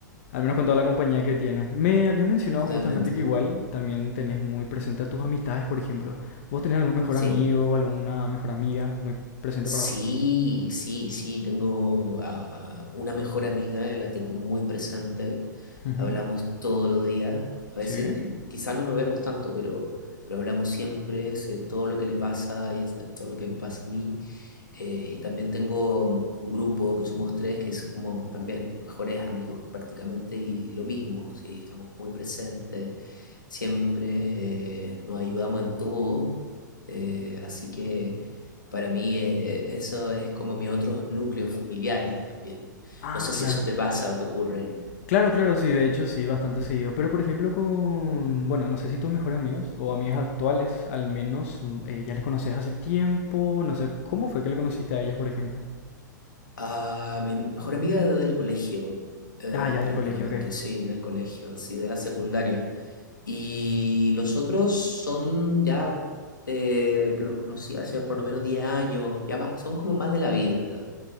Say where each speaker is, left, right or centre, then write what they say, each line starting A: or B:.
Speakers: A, on the left; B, on the left.
A: al menos con toda la compañía que tiene. Me habías mencionado
B: totalmente,
A: justamente que igual también tenés muy presente a tus amistades, por ejemplo. ¿Vos tenés algún mejor
B: sí.
A: amigo, alguna mejor amiga muy presente
B: Sí,
A: para vos?
B: sí, sí, tengo a- a una mejor amiga, la tengo muy presente,
A: Ujú,
B: hablamos todos los días, a
A: Sí.
B: veces quizás no nos vemos tanto, pero, pero hablamos siempre, sé todo lo que le pasa y sé todo lo que me pasa a mí. Eh, y también tengo un grupo que somos tres, que es como también mejores amigos prácticamente, y lo mismo, sí, estamos muy presentes, siempre eh, nos ayudamos en todo, eh, así que... Para mí eh, eh, eso es como mis otros núcleos familiares también.
A: Ah,
B: No sé
A: claro.
B: si eso te pasa o te ocurre.
A: Claro, claro, sí, de hecho sí, bastante seguido. Pero por ejemplo con, bueno, no sé si tus mejores amigos o amigas actuales, al menos, mm, eh, ya les conoces hace tiempo, no sé, ¿cómo fue que le conociste a ellos, por ejemplo?
B: A mi mejor amiga del colegio, eh,
A: Ah, ya es
B: prácticamente,
A: del colegio, ok.
B: sí, del colegio, sí, de la secundaria. Y los otros son ya eh, que los conocí hace por lo menos 10 años, ya más, son como más de la vida, en ¿verdad?